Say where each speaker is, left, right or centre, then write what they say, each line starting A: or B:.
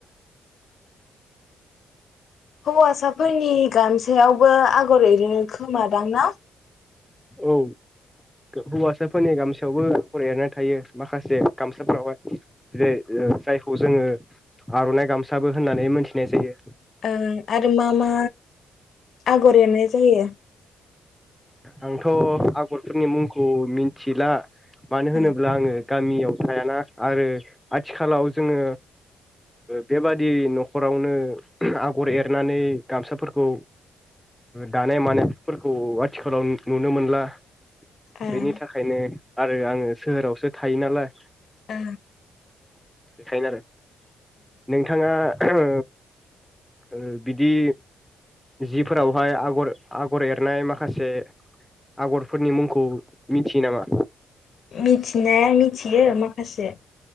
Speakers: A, on the left; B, in the centre.
A: हौवासाफोरनि गामसायावबो आगर एरैनो खोमादां ना?
B: औ हौवासाफोरनि गामसायावबो आगर एरनाय थायो माखासे गामसाफोरावहाय। जेरै जायखौ जोङो आरनाइ गामसाबो होननानै मोनथिनाय जायो।
A: ओं आरो मा मा आगर एरनाय जायो।
B: आंथ आगरफोरनि मुंखौ मिथिला। मानो होनोब्ला
A: ओं
B: आङो गामियाव थायाना आरो आथिखालाव जोङो बेबादि नखरावनो आगर एरनानै गामसाफोरखौ दानाय मानायफोरखौ आथिखालाव नुनो मोनला।
A: ओं
B: बेनि थाखायनो आरो आङो सोहोरावसो थायो नालाय।
A: ओ।
B: बेखायनो आरो। नोंथाङा ओ ओ बिदि जिफोरावहाय आगर आगर एरनाय मा माखासे आगरफोरनि मुंखौ मिथियो नामा?
A: मिथिनाया मिथियो माखासे।